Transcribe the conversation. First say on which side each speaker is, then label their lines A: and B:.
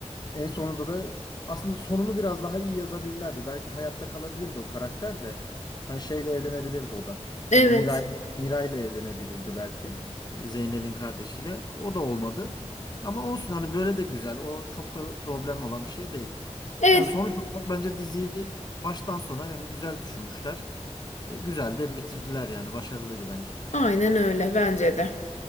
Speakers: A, on the left; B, on the left.
A: en sonunda da aslında sonunu biraz daha iyi yazabilirlerdi. Belki hayatta kalabilirdi o karakter de. Hani şeyle evlenebilirdi o da.
B: Evet.
A: Hani Miray, Miray'la evlenebilirdi belki. Zeynep'in kardeşiyle. O da olmadı. Ama olsun hani böyle de güzel. O çok da problem olan bir şey değil.
B: Evet.
A: Yani sonuç olarak bence diziyi baştan sona yani güzel düşünmüşler. E, Güzel de bitirdiler yani. Başarılıydı bence.
B: Aynen öyle bence de.